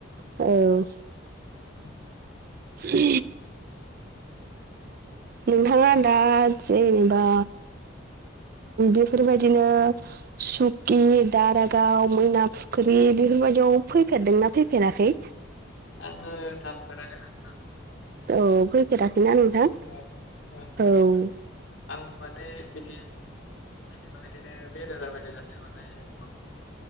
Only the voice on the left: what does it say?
उम।
आङो थांफेराखै नों
ओहो ओहो
नोंथां आं माने बिदि जेनेबा इदिनो बेरायलाबायनाय जाथिंहरनाय सम